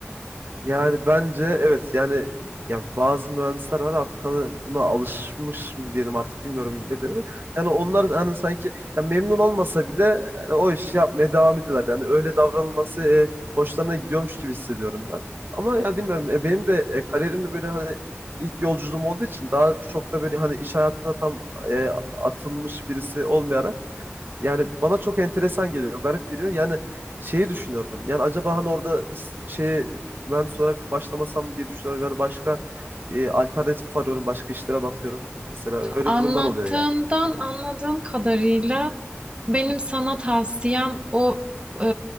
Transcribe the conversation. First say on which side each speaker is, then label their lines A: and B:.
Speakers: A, on the right; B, on the right.
A: Yani bence evet yani ya bazı mühendisler var artık hani buna alışmış mı diyelim artık bilmiyorum ne dedim. Yani onlar hani sanki ya memnun olmasa bile yani o işi yapmaya devam ediyorlar. Yani öyle davranılması e, hoşlarına gidiyormuş gibi hissediyorum ben. Ama ya bilmiyorum e, benim de e, kariyerimde böyle hani ilk yolculuğum olduğu için daha çok da böyle hani iş hayatına tam e, atılmış birisi olmayarak yani bana çok enteresan geliyor, garip geliyor. Yani şeyi düşünüyorum. Yani acaba hani orada s- şey mühendis olarak başlamasam mı diye düşünüyorum. Yani başka e, alternatif arıyorum, başka işlere bakıyorum. Mesela öyle
B: Anlattığından
A: durumlar oluyor yani.
B: anladığım kadarıyla benim sana tavsiyem o e,